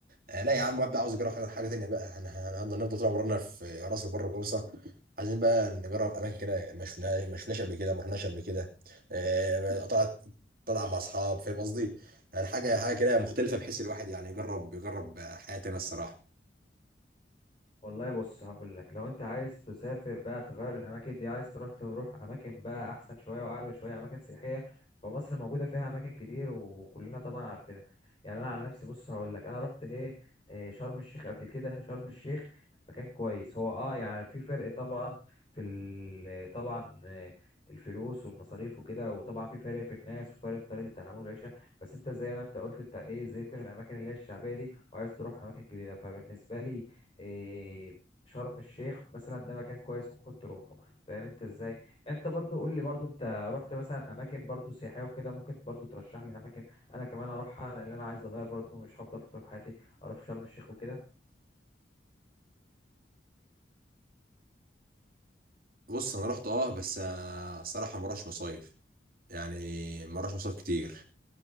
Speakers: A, on the right (about 50°); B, on the left (about 30°).
A: آه لا يا عم واد عاوز يجرب حاجه حاجة تانية بقى انا هنفضل نفضل طول عمرنا في راس البر والجوصه عايزين بقى نجرب اماكن كده ما شفناها ما شفناش قبل كده ما رحناش قبل كده آه، طلعت طلع مع اصحاب فاهم قصدي يعني حاجه حاجه كده مختلفه بحيث الواحد يعني يجرب يجرب حياه تانية الصراحه
B: والله بص هقول لك لو انت عايز تسافر بقى تغير الاماكن دي عايز تروح تروح اماكن بقى احسن شويه واعلى شويه اماكن سياحيه فمصر موجوده فيها اماكن كتير وكلنا طبعا عارفينها يعني انا عن نفسي بص هقول لك انا رحت ايه إيه شرم الشيخ قبل كده شرم الشيخ مكان كويس هو اه يعني في فرق طبعا في ال- طبعا آه، الفلوس والمصاريف وكده وطبعا في فرق في الناس وفرق في طريقه التعامل والعيشه بس انت زي ما انت قلت انت ايه زهقت من الاماكن اللي هي الشعبيه دي وعايز تروح اماكن جديده فبالنسبه لي إيه شرم الشيخ مثلا ده مكان كويس ممكن تروحه فاهم انت ازاي انت برضو قول لي برضو انت رحت مثلا اماكن برضو سياحيه وكده ممكن برضو ترشح لي اماكن انا كمان اروحها لان انا عايز اغير برضو مش هفضل طول حياتي اروح شرم الشيخ وكده
A: بص انا رحت اه بس آه، الصراحه ما رحتش مصايف يعني ما رحتش مصايف كتير